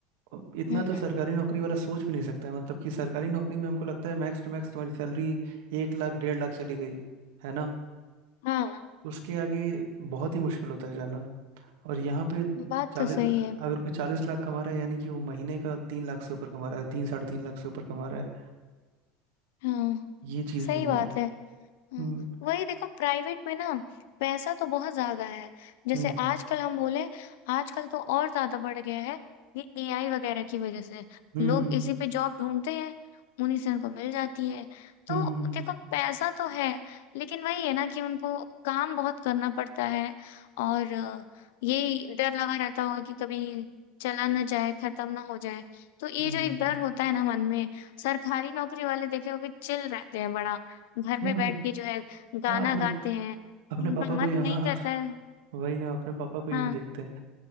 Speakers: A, on the right; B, on the left.
A: अब इतना
B: हम्म
A: तो
B: हम्म
A: सरकारी नौकरी वाला सोच भी नहीं सकता है मतलब कि सरकारी नौकरी में हमको लगता है मैक्स टू मैक्स तुम्हारी सैलरी एक लाख डेढ़ लाख चली गई है ना
B: हाँ
A: उसके आगे बहुत ही मुश्किल होता है जाना और यहाँ पे
B: बात
A: चालीस
B: तो सही है
A: अगर कोई चालीस लाख कमा रहा है यानी कि वो महीने का तीन लाख से ऊपर कमा रहा है तीन साढ़े तीन लाख से ऊपर कमा रहा है
B: हाँ
A: ये चीज़
B: सही
A: भी
B: बात
A: है
B: है
A: हम्म
B: हम्म, वही देखो प्राइवेट में ना पैसा तो बहुत ज्यादा है जैसे
A: हम्म
B: आजकल हम बोले आजकल तो और ज्यादा बढ़ गया है ये एआई वगैरह की वजह से
A: हम्म
B: लोग इसी पे जॉब ढूंढते हैं उन्हीं से उनको मिल जाती है तो
A: हम्म हम्म
B: देखो पैसा तो है लेकिन वही है ना कि उनको काम बहुत करना पड़ता है और अ, ये डर लगा रहता होगा कि कभी चला ना जाए खत्म ना हो जाए तो ये
A: हम्म हम्म
B: जो एक
A: हम्म, हम्म,
B: डर
A: हम्म।
B: होता है ना मन में सरकारी नौकरी वाले देखे हो कि चिल रहते हैं बड़ा घर में
A: हम्म, हम्म,
B: बैठ
A: हम्म।
B: के जो है गाना
A: हाँ अपने
B: गाते हैं
A: अपने
B: उनका
A: पापा
B: मन
A: को ही हाँ
B: नहीं करता है
A: वही ना अपने पापा को ही
B: हाँ
A: हम देखते हैं